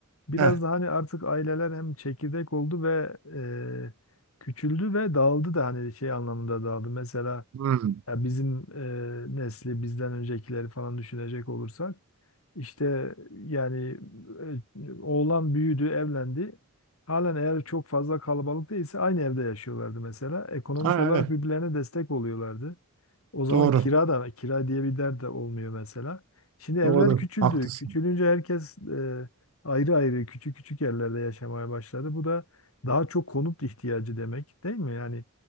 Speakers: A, on the left (about 70°); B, on the right (about 65°).
A: Biraz
B: Heh.
A: da hani artık aileler hem çekirdek oldu ve e, küçüldü ve dağıldı da hani şey anlamında dağıldı. Mesela
B: Hmm.
A: Ya bizim e, nesli bizden öncekileri falan düşünecek olursak işte yani e, oğlan büyüdü, evlendi. Halen eğer çok fazla kalabalık değilse aynı evde yaşıyorlardı mesela. Ekonomik
B: Ha,
A: olarak
B: evet.
A: birbirlerine destek oluyorlardı. O zaman
B: Doğru.
A: kira da kira diye bir dert de olmuyor mesela. Şimdi evler
B: Doğru.
A: küçüldü.
B: Haklısın.
A: Küçülünce herkes e, ayrı ayrı küçük küçük yerlerde yaşamaya başladı. Bu da daha çok konut ihtiyacı demek değil mi? Yani